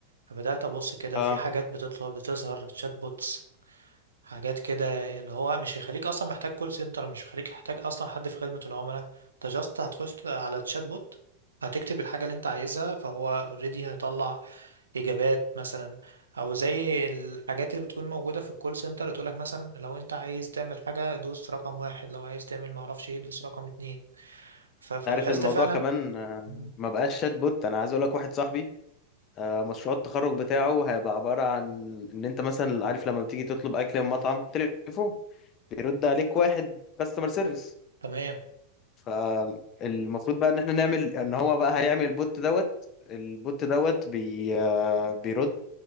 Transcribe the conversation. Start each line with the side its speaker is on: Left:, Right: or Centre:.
Right: فبدات ابص كده
Left: اه
Right: في حاجات بتطلع بتظهر شات بوتس حاجات كده اللي هو مش بيخليك اصلا محتاج كول سنتر مش بيخليك محتاج اصلا حد في خدمة العملاء انت جاست هتخش على تشات بوت هتكتب الحاجة اللي انت عايزها فهو اوريدي هيطلع اجابات مثلا او زي الحاجات اللي بتكون موجودة في الكول سنتر اللي تقولك مثلا لو انت عايز تعمل حاجة دوس رقم واحد لو عايز تعمل معرفش ايه دوس رقم اتنين ف- فلاحظت
Left: عارف الموضوع
Right: فعلا
Left: كمان آه،
Right: مم،
Left: ما بقاش شات بوت انا عايز اقول لك واحد صاحبي آه، مشروع التخرج بتاعه هيبقى عباره عن ان انت مثلا عارف لما بتيجي تطلب اكل من مطعم تليفون بيرد عليك واحد كاستمر سيرفيس
Right: تمام
Left: فالمفروض بقى ان احنا نعمل ان هو بقى هيعمل البوت دوت البوت دوت بي آه، بيرد